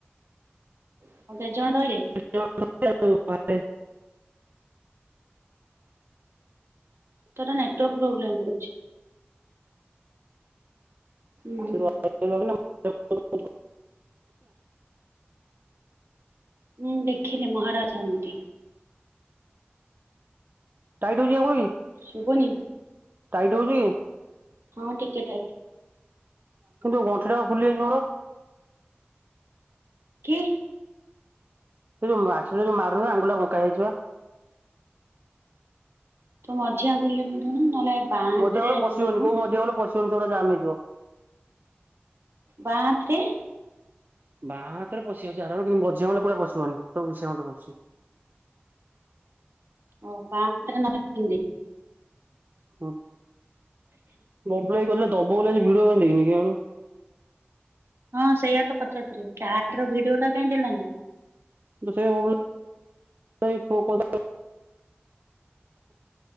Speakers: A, on the right; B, on the right.
A: ଆଉ କେତେ ଜଣ ରହିଲେ?
B: <unintelligible> ଜଣ। <unintelligible>
A: ତୋର ନେଟୱାର୍କ ପ୍ରୋବ୍ଲେମ ରହୁଛି। ହୁଁ
B: <unintelligible>
A: ହୁଁ ହଁ ଦେଖିଲି ମହାରାଜା ମୁଦି।
B: ଟାଇଟ ହୋଉଛି ଆଉ କଣ କି।
A: ଶୁଭୁନି।
B: ଟାଇଟ ହୋଉଛି କି?
A: ହଁ ଟିକେ ଟାଇଟ୍।
B: କିନ୍ତୁ ଗଣ୍ଠି ଟା ଖୋଲିଯାଇଛି ମୋର।
A: କି?
B: ସେଉ ଯୋଉ ଆକ୍ସିଡେଣ୍ଟରେ ଯୋଉ ମାଡ ହେଲା ଆଙ୍ଗୁଳି ଟା ବଙ୍କା ହେଇଯାଇଛି ପା।
A: ତୁ ମଝି ଆଙ୍ଗୁଳିରେ ପିନ୍ଧୁନୁ ନହେଲେ ବାଁ
B: ମଝି
A: ହାତରେ
B: ଆଙ୍ଗୁଳିରେ ପଶିବନି
A: ପିନ୍ଧୁନୁ
B: କୋଉ ମଝୀ ଆଙ୍ଗୁଳିରେ ପଶିବନି ସବୁରା ଜାମ ହେଇ।
A: ବାଁ ହାତରେ?
B: ବାଁ ହାତରେ ପଶିଯାଉଛି ଆରମରେ କିନ୍ତୁ ମଝି ଆଙ୍ଗୁଳିରେ କୋଉରା ପଶିବନି ସବୁ ବିଶି ଆଙ୍ଗୁଳିରେ ପସୁଛି।
A: ଓ ବାଁ ହାତରେ ନହେଲେ ପିନ୍ଧିଦେ।
B: ହଁ ବବୁ ଭାଇ କହୁଥିଲା ଦବ ବୋଲି ଆଜି ଭିଡିଓ ବନେଇକିନି କିଆଣି।
A: ହଁ ସେଇଆ ତ ପଚାରଥିଲି କାର ର ଭିଡିଓ ଟା କାହିଁ ଦେଲାନି?
B: ଯେତେବେଳେ ବହୁ। <unintelligible>